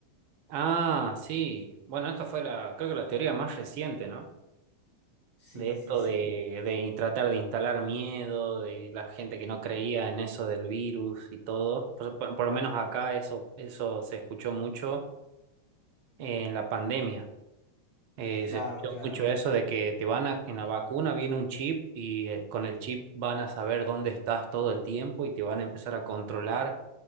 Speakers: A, on the right; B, on the left.
A: Ah, sí. Bueno, esta fue la, creo que la teoría más reciente, ¿no?
B: Sí,
A: de esto
B: sí, sí.
A: de, de tratar de instalar miedo, de la gente que no creía en eso del virus y todo. Por, por- por lo menos acá eso, eso se escuchó mucho en la pandemia. Eh,
B: Claro,
A: se escuchó
B: claro.
A: mucho eso de que te van a, en la vacuna viene un chip y eh, con el chip van a saber dónde estás todo el tiempo y te van a empezar a controlar